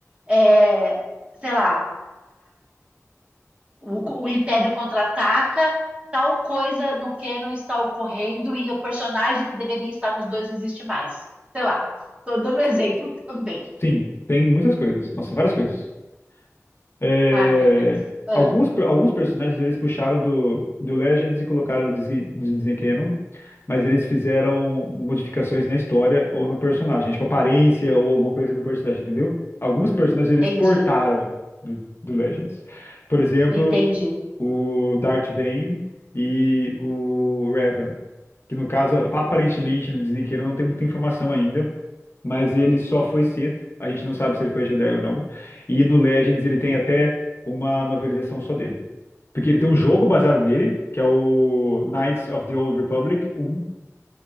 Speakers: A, on the right; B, on the left.
A: é, sei lá, o, co- o Império contra-ataca, tal coisa no canon está ocorrendo e o personagem que deveria estar nos dois não existe mais. Sei lá, tô dando um exemplo também.
B: sim, tem muitas coisas. Nossa, várias coisas. É,
A: Ai, meu Deus. Ah,
B: alguns, per- alguns personagens eles puxaram do, do Legends e colocaram no Disney, no Disney Canon, mas eles fizeram modificações na história ou no personagem, tipo aparência ou alguma coisa no personagem, entendeu? Alguns personagens eles
A: entendi,
B: portaram do, do Legends. Por exemplo,
A: entendi.
B: o Darth Bane e o Revan, que no caso, aparentemente no Disney Canon não tem muita informação ainda, mas ele só foi Sith. A gente não sabe se ele foi Jedi ou não. E no Legends ele tem até uma novelização só dele. Porque ele tem um jogo baseado nele, que é o Knights of the Old Republic Um